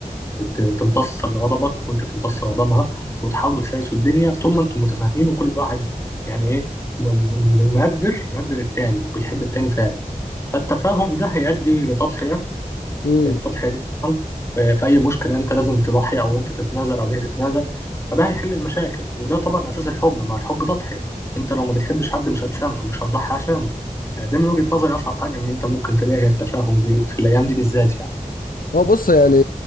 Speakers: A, on the left; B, on the left.
A: وتمتص غضبك وانت تمتص غضبها وتحاولوا تسايسوا الدنيا طول ما انتم متفاهمين وكل واحد يعني ايه م- م- مقدر مقدر التاني وبيحب التاني فعلا فالتفاهم ده هيؤدي لتضحية
B: مم.
A: التضحية دي طبعا في, في أي مشكلة أنت لازم تضحي أو أنت تتنازل أو هي تتنازل فده هيحل المشاكل وده طبعا أساس الحب ما هو الحب تضحية أنت لو ما بتحبش حد مش هتسامحه مش هتضحي عشانه يعني ده من وجهة نظري أصعب حاجة إن أنت ممكن تلاقي هي التفاهم دي في الأيام دي بالذات يعني
B: هو بص يعني